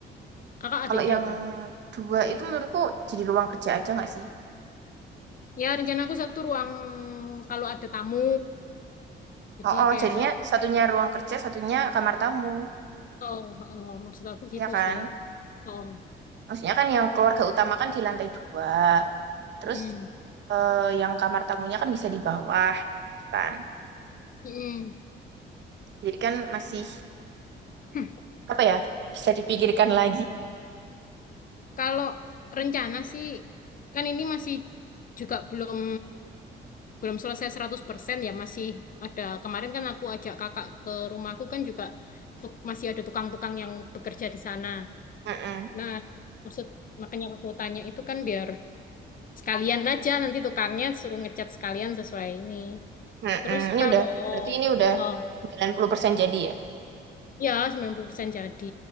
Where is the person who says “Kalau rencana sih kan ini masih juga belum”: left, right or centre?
Left